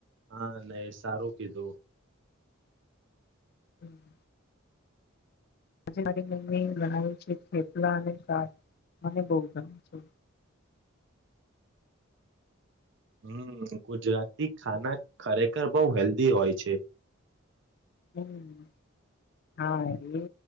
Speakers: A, on the right; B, on the left.
A: હા નહી સારું કીધું
B: <inaudible> આજે મારી મમ્મી ગણાવ્યું છે થેપલા અને સાત મને બહ ગણ છે
A: હમ ગુજરાતી ખાના ખરેખર બહ હેલ્ધી હોય છે
B: હમ હા એ